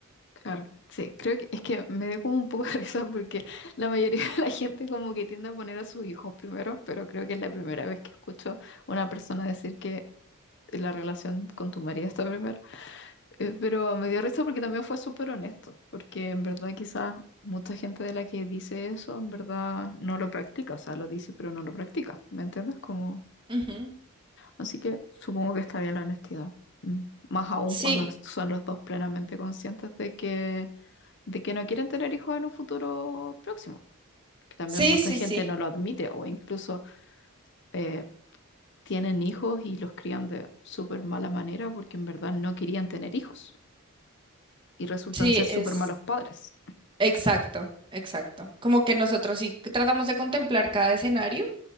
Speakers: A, on the left; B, on the right.
A: Claro, sí, creo que es que me dio como un poco de risa porque la mayoría de la gente como que tiende a poner a sus hijos primero, pero creo que es la primera vez que escucho una persona decir que la relación con tu marido está primero. Eh, Pero me dio risa porque también fue súper honesto, porque en verdad quizás mucha gente de la que dice eso en verdad no lo practica, o sea, lo dice pero no lo practica, ¿me entiendes? Como
B: Ujú.
A: Así que supongo que está bien la honestidad. Mm. Más aún
B: Sí,
A: cuando son los dos plenamente conscientes de que, de que no quieren tener hijos en un futuro próximo. Que también
B: sí,
A: mucha
B: sí,
A: gente
B: sí.
A: no lo admite o incluso eh, tienen hijos y los crían de súper mala manera porque en verdad no querían tener hijos y resultan
B: Sí,
A: ser súper
B: es.
A: malos padres.
B: Exacto, exacto. Como que nosotros sí tratamos de contemplar cada escenario